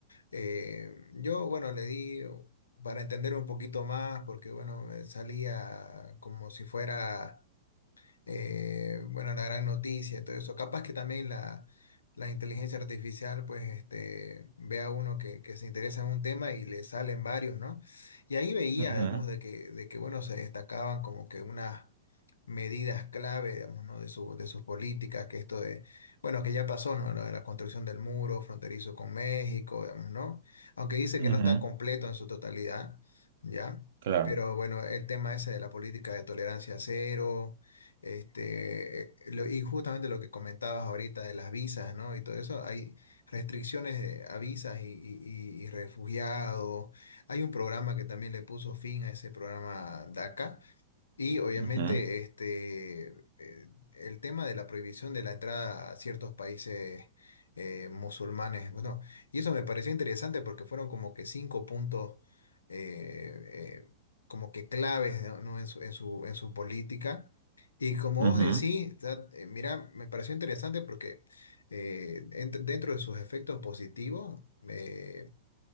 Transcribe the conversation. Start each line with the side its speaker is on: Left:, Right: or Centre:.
Left: eh, yo, bueno, le di para entender un poquito más, porque, bueno, eh, salía como si fuera. eh, bueno, la gran noticia y todo eso. Capaz que también la, la inteligencia artificial, pues, este, ve a uno que, que se interesa en un tema y le salen varios, ¿no? Y ahí veía,
Right: Ujú,
Left: digamos, de que, de que bueno, se destacaban como que unas medidas clave, digamos, ¿no? De su, de sus políticas, que esto de, bueno, que ya pasó, ¿no? Lo de la construcción del muro fronterizo con México, digamos, ¿no? Aunque dice que
Right: ujú,
Left: no está completo en su totalidad, ¿ya?
Right: claro.
Left: Pero bueno, el tema ese de la política de tolerancia cero, este, eh, lo- y justamente lo que comentabas ahorita de las visas, ¿no? Y todo eso, hay restricciones de, a visas y, y- y- y refugiados. Hay un programa que también le puso fin a ese programa DACA y obviamente
Right: ujú,
Left: este, eh, el tema de la prohibición de la entrada a ciertos países eh, musulmanes. Bueno, y eso me pareció interesante porque fueron como que cinco puntos eh, eh, como que claves ¿no? ¿no? En su, en su, en su política. Y como
Right: ujú,
Left: vos decís, ta- eh, mira, me pareció interesante porque eh, ent- dentro de sus efectos positivos, eh,